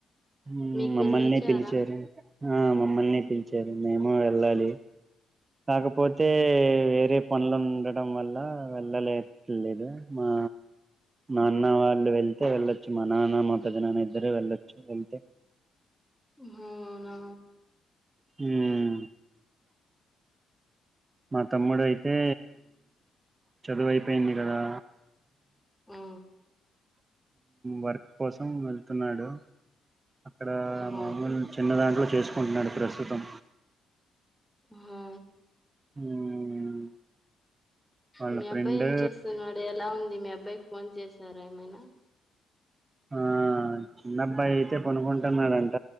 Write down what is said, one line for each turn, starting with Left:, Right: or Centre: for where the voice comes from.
Right: ఉమ్
Centre: మీకు
Right: మమ్మల్ని
Centre: వెళ్ళొచ్చారా
Right: పిలిచారు. ఆహ్ మమ్మల్ని పిలిచారు మేము వెళ్ళాలి కాకపోతే వేరే పనులు ఉండడం వల్ల వెళ్ళాలేట్లేదు మా నాన్న వాళ్ళు వెళ్తే వెళ్ళొచ్చు మా నాన్న మా పెద్ద నాన్న ఇద్దరే వెళ్ళొచ్చు వెళ్తే
Centre: హా అవునా
Right: హుం మా తమ్ముడుయితే చదువయిపోయింది కదా
Centre: హూ
Right: వర్క్ కోసం వెళ్తున్నాడు అక్కడ
Centre: ఆహా
Right: మామూలు చిన్న దాంట్లో చేసుకుంటున్నాడు ప్రస్తుతం
Centre: హా
Right: మ్మ్ వాళ్ళ
Centre: మీ
Right: ఫ్రెండ్
Centre: అబ్బాయి ఏం చేస్తున్నాడు ఎలా ఉం ది మీ అబ్బాయికి ఫోన్ చేసారా ఏమైనా
Right: ఆ చిన్నబ్బాయి అయితే కొనుకుంటున్నాడంట